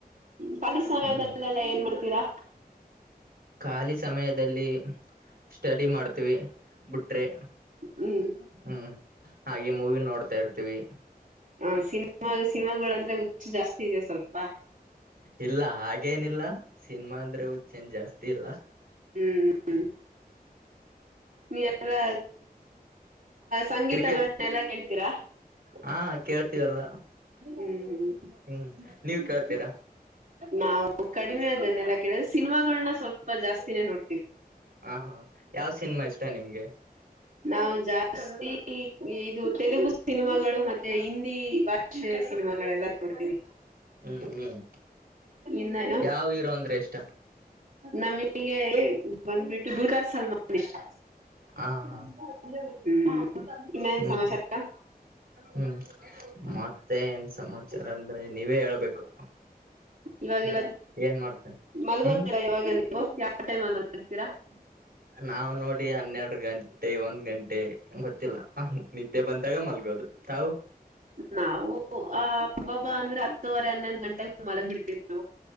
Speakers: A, on the right; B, on the right.
A: ಖಾಲಿ ಸಮಯದಲ್ಲೆಲ್ಲ
B: ಹ್ಮ್
A: ಏನ್ ಮಾಡ್ತೀರಾ
B: ಖಾಲಿ ಸಮಯದಲ್ಲಿ ಸ್ಟಡಿ ಮಾಡ್ತೀವಿ ಬಿಟ್ರೆ
A: ಹ್ಮ್
B: ಹ್ಮ್ ಹಾಗೆ ಮೂವಿ ನೋಡ್ತಾ ಇರ್ತಿವಿ
A: ಹಾ ಸಿನಿಮಾಗ ಸಿನಮಾಗಳ ಅಂದ್ರೆ ಹುಚ್ಚು ಜಾಸ್ತಿ ಇದೆ ಸ್ವಲ್ಪ
B: ಇಲ್ಲಾ ಹಾಗೇನಿಲ್ಲಾ ಸಿನಿಮಾ ಅಂದ್ರೆ ಹಚ್ಚೇನ್ ಜಾಸ್ತಿ ಇಲ್ಲಾ
A: ಹ್ಮ್ ನೀ ಎಲ್ಲ ಸಂಗೀತಗಳನ್ನ
B: ಕ್ರಿಕೆಟ್
A: ಎಲ್ಲಾ ಕೇಳ್ತೀರಾ
B: ಹಾ ಕೇಳ್ತೀವಲ್ಲ
A: ಹ್ಮ್ ಹು <unintelligible>
B: ಹ್ಮ್ ನೀವ್ ಕೇಳ್ತೀರಾ
A: ನಾವು ಕಡಿಮೆ ಅದನ್ನೆಲ್ಲಾ ಕೇಳಿದ ಸಿನಿಮಾಗಳನ್ನ ಸ್ವಲ್ಪ ಸ್ವಲ್ಪ ಜಾಸ್ತಿನೇ ನೋಡ್ತೀವಿ.
B: ಹಾ ಯಾವ ಸಿನಿಮಾ ಇಷ್ಟ ನಿಮ್ಗೆ
A: ನಾವು ಜಾಸ್ತಿ ಇದು ತೆಲುಗು ಸಿನಿಮಾಗಳು ಮತ್ತೆ ಹಿಂದಿ ಭಾಷೆ ಷೆ ಸಿನಿಮಾಗಳೆಲ್ಲ ನೋಡ್ತೀವಿ
B: ಹ್ಮ್ ಹ್ಮ್
A: ಇನ್ನೇನು
B: ಯಾವ ಹಿರೋ ಅಂದ್ರೆ ಇಷ್ಟಾ
A: ನಮಗೆ ಬಂದ್ಬಿಟ್ಟು ಬತಾ ಸಲ್ಮಾನ್ ಇಷ್ಟ <unintelligible>
B: ಹ ಹಾ
A: ಇನ್ನೇನ್
B: ಹ್ಮ್
A: ಸಮಾಚಾರ
B: ಹ್ಮ್ ಮತ್ತೆ ಏನ್ ಸಮಾಚಾರ ಅಂದ್ರೆ ನೀವೇ ಹೇಳ್ಬೇಕು
A: ಇವಾಗೆಲ್ಲ
B: ಹ್ಮ ಏನ್ ಮಾಡ್ತ
A: ಮಲ್ಗೋದಿಲ್ಲ
B: ಹ್ಮ್
A: ಇವಾಗ ಓ ಯಾವ ಟೈಮ್ ಅ <unintelligible>
B: ನಾವ್ ನೋಡಿ ಹನ್ನೆರಡು ಗಂಟೆ ಒಂದ್ ಗಂಟೆ ಗೊತ್ತಿಲ್ಲ ನಿದ್ದೆ ಬಂದಾಗ ಮಲ್ಗೋದು ತಾವು
A: ನಾವು ಆ ಅಬ್ಬ ಅಬ್ಬಾ ಅಂದ್ರೆ ಹತ್ತೂವರೆ ಹನ್ನೊಂದು ಗಂಟೆೆಗೆ ಮಲಗ್ ಬಿಡ್ತೀವಿ ನಾವು